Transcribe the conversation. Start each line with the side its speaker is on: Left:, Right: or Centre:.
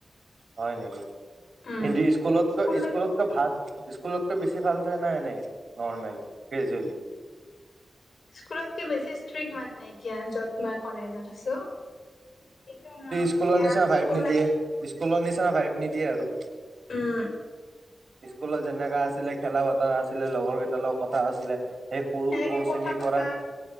Right: হয় নেকি?
Left: উম
Right: কিন্তু স্কুলতকৈ
Left: স্কুল
Right: স্কুলতকৈ ভাল স্কুলতকে বেছি ভাল চায় নাই এনেই নৰ্মেল, গ্ৰেজুৱেলি।
Left: স্কুলতকে বেছি ষ্ট্ৰিক্ট মানে এতিয়া যত মাক। কলেজত আছো' কিন্তু মোৰ
Right: স্কুলৰ
Left: এতিয়া
Right: নিচিনা ভাইব
Left: স্কুল
Right: নিদিয়ে
Left: লাইফ
Right: স্কুলৰ নিচিনা গাইদ নিদিয়ে আৰু।
Left: উম'
Right: স্কুলত যেনেকা আছিলে খেলাত ক আছিলে লগৰ কেইটাৰ লগত কথা আছিলে, সেই সৰু
Left: এনেকে
Right: কৌ
Left: কথা
Right: শ্ৰেনীৰ
Left: পতা
Right: পৰা